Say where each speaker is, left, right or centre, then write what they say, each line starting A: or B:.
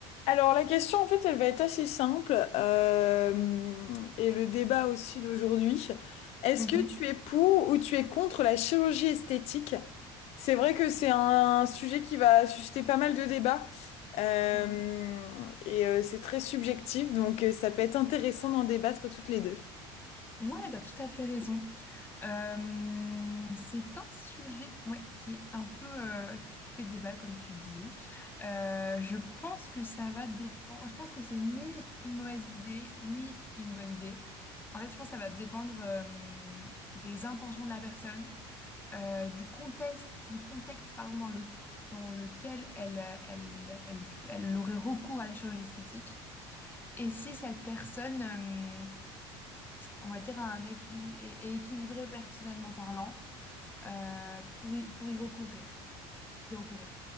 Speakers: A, on the left (about 60°); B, on the left (about 15°).
A: Alors la question en fait elle va être assez simple euh, et le débat aussi d'aujourd'hui. Est-ce
B: Mhm.
A: que tu es pour ou tu es contre la chirurgie esthétique? C'est vrai que c'est un sujet qui va susciter pas mal de débats euh,
B: Mm.
A: et euh, c'est très subjectif donc euh, ça peut être intéressant d'en débattre toutes les deux.
B: mm. Ouais, t'as tout à fait raison. Euh, c'est un sujet ouais, qui est un peu euh, qui fait débat, comme tu dis. Euh, je pense que ça va dépendre. Je pense que c'est ni une mauvaise idée, ni une bonne idée. En fait, je pense que ça va dépendre euh, des intentions de la personne, euh, du contexte, du contexte pardon, dans le, dans lequel elle, elle, elle, elle aurait recours à la chirurgie esthétique. Et si cette personne. euh, on va dire, à un équilibre et, et équilibré personnellement parlant euh, pour y, pour y recourir. Y recourir.